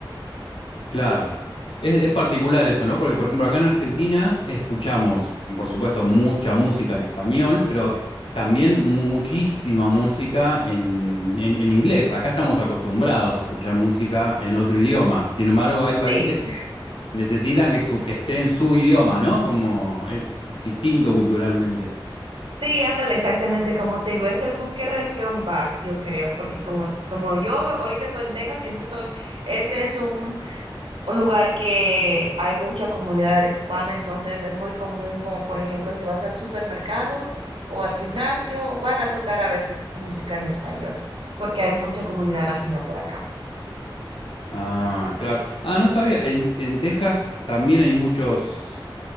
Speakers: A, on the left; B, on the right.
A: Claro. Es, es particular eso, ¿no? Porque, por ejemplo, acá en Argentina escuchamos, por supuesto, mucha música en español, pero también muchísima música en, en- en inglés. Acá estamos acostumbrados a escuchar música en otro idioma. Sin embargo, hay países
B: Sí,
A: que necesitan que, su, que esté en su idioma, ¿no? Como es distinto culturalmente.
B: sí, ándale, exactamente como te digo, es según qué región vas, yo creo, porque como, como yo ahorita estoy en Texas y ese, estoy- ese es un un lugar que hay mucha comunidad hispana, entonces es muy común, como por ejemplo, si vas al supermercado o al gimnasio, van a tocar a veces música en español, porque hay mucha comunidad latina por acá.
A: Ah, claro. Ah, no sabía. En, en Texas también hay muchos